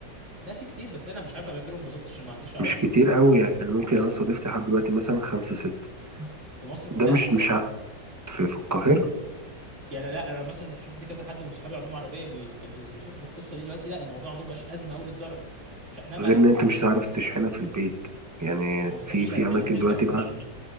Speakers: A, on the right; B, on the right.
A: لا في كتير بس انا مش عارف اماكنهم بالظبط عشان ما عنديش عربيه
B: مش كتير قوي يعني ممكن
A: بس
B: انا صادفت لحد دلوقتي مثلا خمسة ستة
A: في مصر كلها
B: ده مش مش ع- في, في القاهرة
A: يعني لا انا مثلا شفت كذا حد من صحابي عندهم عربيه بي... كانوا بيشتكوا في القصه دي دلوقتي لا الموضوع عندهم بقاش ازمه قوي للدرجه شحنها بقى
B: غير
A: اسهل
B: ان انت مش هتعرف تشحنها في البيت يعني
A: ما هو مستحيل
B: في في
A: انت
B: اماكن
A: السلك
B: دلوقتي
A: هتنزل
B: بقى